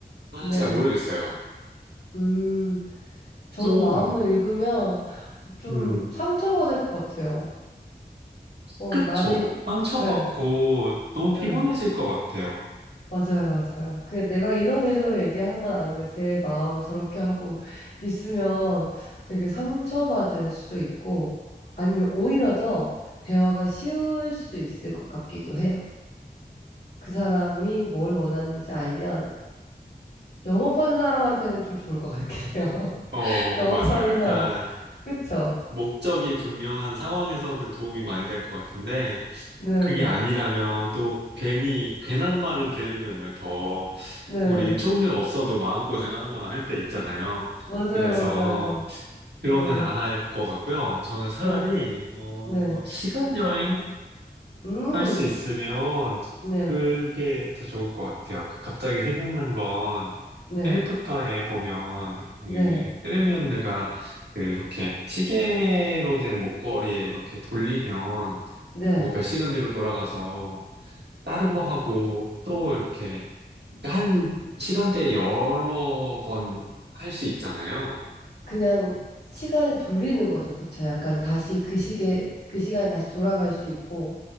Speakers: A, on the right (about 80°); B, on the left (about 75°).
A: 아,
B: 네.
A: 잘 모르겠어요.
B: 음, 저는
A: 좀,
B: 마음을 읽으면 좀
A: 음,
B: 상처받을 것 같아요. 어,
A: 그쵸.
B: 나는, 이-
A: 상처받고
B: 네,
A: 너무
B: 네.
A: 피곤해질 것 같아요.
B: 맞아요, 맞아요. 그냥 내가 이런 의도로 얘기한 건 아닌데 제 마음을 저렇게 하고 있으면 되게 상처받을 수도 있고 아니면 오히려 더 대화가 쉬울 수도 있을 것 같기도 해요. 그 사람이 뭘 원하는지 알면 영업하는 사람한테는 좀 좋을 것 같긴 해요. <laughs>
A: 어,
B: 영업하는
A: 맞아. 약간
B: 사람. 그쵸?
A: 목적이 분명한 상황에서는 도움이 많이 될 것 같은데
B: 네네.
A: 그게 아니라면 또 괜히 괜한 말을 들으면 막더
B: 네.
A: 우리 초능력
B: 네.
A: 없어도 마음고생하거나 할 때 있잖아요.
B: 맞아요,
A: 그래서
B: 맞아요.
A: 그거는
B: 네.
A: 안 할 것 같고요. 저는 차라리
B: 네.
A: 어,
B: 네.
A: 시간 여행
B: 음.
A: 할 수 있으면
B: 네.
A: 그게 더 좋을 것 같아요. 그 갑자기 생각난 건
B: 네.
A: 해리포터에 보면 그
B: 네.
A: 헤르미온느가 그 이렇게 시계로 된 목걸이에 이렇게 돌리면
B: 네.
A: 뭐 몇 시간 뒤로 돌아가서 다른 거 하고 또 이렇게 그러니까 한 시간대에 여러 번 할 수 있잖아요.
B: 그냥 시간을 돌리는 거죠. 그쵸? 약간 다시 그 시계, 그 시간에 다시 돌아갈 수 있고,